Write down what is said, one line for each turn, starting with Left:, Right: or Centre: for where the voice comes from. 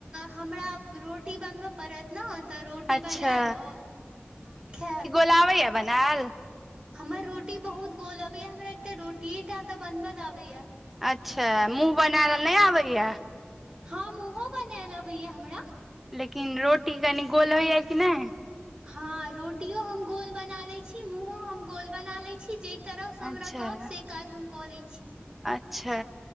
Right: हमरा रोटी बनबऽ पड़त ने तऽ रोटी
Centre: अच्छा
Right: बनायब आओर खायब
Centre: लबैय बनाल
Right: हमर रोटी बहुत गोल अबैया हमरा एकटा रोटीय टा तऽ बनबल आबैया
Centre: अच्छा मुँह बनाएल नहि आबैया
Right: हम मुँहो बनाएल अबैया हमरा
Centre: लेकिन रोटी कनि गोल होइया कि नहि
Right: हँ रोटियो हम गोल बना लैत छी मुँहो हम गोल बना लैत छी जे कि तरहसँ हमरा
Centre: अच्छा
Right: कहब से काज हम कऽ लै छी
Centre: अच्छा